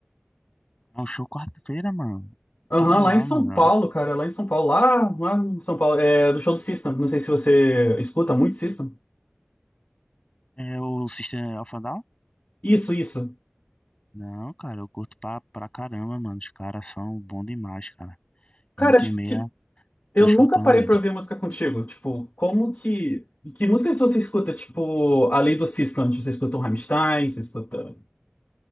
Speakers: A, on the left; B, on the left.
A: É um show quarta-feira, mano.
B: Aham,
A: Que legal,
B: lá em São
A: mano.
B: Paulo, cara, lá em São Paulo. Lá, lá em São Paulo. É do show do System. Não sei se você escuta muito System.
A: É, é o System of a Down?
B: Isso, isso.
A: Não, cara, eu curto pra, pra caramba, mano. Os caras são bons demais, cara.
B: Cara,
A: Volta
B: acho
A: e meia,
B: que
A: tô
B: Eu
A: escutando
B: nunca parei
A: eles.
B: pra ouvir música contigo. Tipo, como que. Que músicas você escuta? Tipo, além do System, você escuta um Rammstein, você escuta.